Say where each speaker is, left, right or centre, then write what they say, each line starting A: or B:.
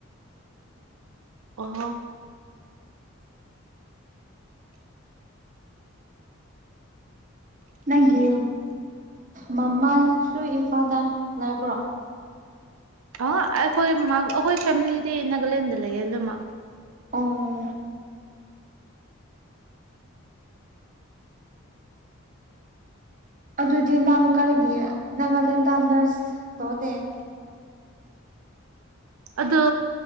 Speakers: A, on the right; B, on the right.
A: ꯑꯣꯣ
B: ꯅꯪꯒꯤ ꯃꯃꯥꯁꯨ ꯏꯝꯐꯥꯜꯗ ꯂꯥꯏ ꯄꯨꯔꯣ
A: ꯑ ꯑꯩꯈꯣꯏ ꯑꯩꯈꯣꯏ ꯐꯦꯃꯤꯂꯤꯗꯤ ꯅꯥꯒꯥꯂꯦꯟꯗ ꯂꯩꯌꯦ ꯑꯗꯨꯃꯛ
B: ꯑꯣ ꯑꯗꯨꯗꯤ ꯅꯪ ꯀꯔꯤꯒꯤ ꯅꯥꯒꯥꯂꯦꯟꯗ ꯅꯔꯁ ꯇꯧꯅꯦꯦ
A: ꯑꯗ